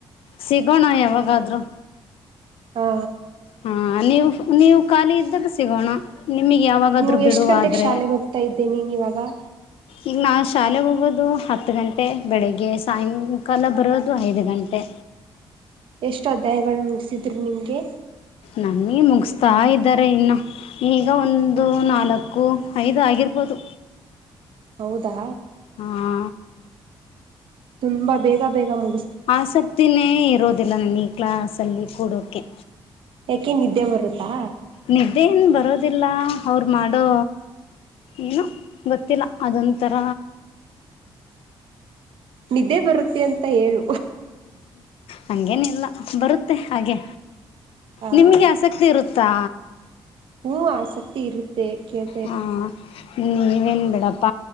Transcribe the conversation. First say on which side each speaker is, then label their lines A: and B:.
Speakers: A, on the left; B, on the right.
A: ಸಿಗೋಣ ಯಾವಾಗಾದ್ರೂ.
B: ಹಾ
A: ಹಾ ನೀವು ನೀವು ಖಾಲಿ ಇದ್ದಾಗ ಸಿಗೋಣ. ನಿಮಗೆ ಯಾವಾಗಾದ್ರೂ
B: ನೀವು
A: ಬಿಡುವಾದರೆ.
B: ಎಷ್ಟ್ ಗಂಟೆಗೆ ಶಾಲೆಗೆ ಹೋಗ್ತಾ ಇದ್ದೆ ನೀನ್ ಇವಾಗ
A: ಈಗ ನಾವು ಶಾಲೆಗೆ ಹೋಗೋದು ಹತ್ತು ಗಂಟೆ ಬೆಳಗ್ಗೆ ಸಾಯಂಕಾಲ ಬರೋದು ಐದು ಗಂಟೆ.
B: ಎಷ್ಟು ಅಧ್ಯಾಯಗಳು ಮುಗಿಸಿದ್ರು ನಿಮ್ಗೆ.
A: ನಮಗೆ ಮುಗಿಸ್ತಾ ಇದ್ಧಾರೆ ಇನ್ನ ಈಗ ಒಂದು ನಾಲ್ಕು. ಐದು ಆಗಿರ್ಬೋದು.
B: ಹೌದಾ
A: ಹಾ
B: ತುಂಬಾ ಬೇಗ ಬೇಗ ಮುಗ
A: ಆಸಕ್ತಿನೇ ಇರೋದಿಲ್ಲ ನನ್ಗೆ ಈ ಕ್ಲಸ್ ಅಲ್ಲಿ ಕೂರೋಕೆ.
B: ಯಾಕೆ ನಿದ್ದೆ ಬರುತ್ತಾ.
A: ನಿದ್ದೆಏನ್ ಬರೋದಿಲ್ಲ ಅವರು ಮಾಡೋ. ಏನ ಗೊತ್ತಿಲ್ಲ ಅದೊಂಥರ.
B: ನಿದ್ದೆ ಬರುತ್ತೆ ಅಂತ ಹೇಳ.
A: ಹಂಗೇನು ಇಲ್ಲ ಬರುತ್ತೆ ಹಾಗೆ.
B: ಆ
A: ನಿಮ್ಗೆ ಆಸಕ್ತಿ ಇರುತ್ತಾ.
B: ಹ್ಞೂ ಆಸಕ್ತಿ ಇರೀ ತೆ ಕೇಳ್.
A: ಹ ನೀವೇನು ಬಿಡಪ್ಪ